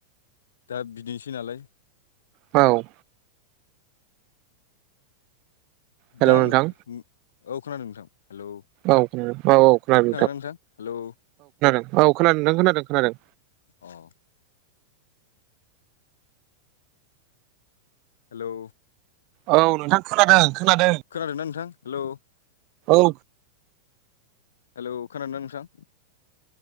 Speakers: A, on the left; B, on the right.
A: दा बिदिनोसै नालाय।
B: औ हेलौ
A: दा
B: नोंथां
A: नो उम औ खोनादों नोंथां। हेलौ
B: औ खोनादों औ औ खोनादों
A: नोंथां हेलौ
B: नोंथां औ औ खोनादों नों खोनादों खोनादों
A: अ' हेलौ
B: औ नोंथां खोनादों। खोनादों
A: खोनादोंना नोंथां हेलौ
B: औ
A: हेलौ खोनादोंना नोंथां?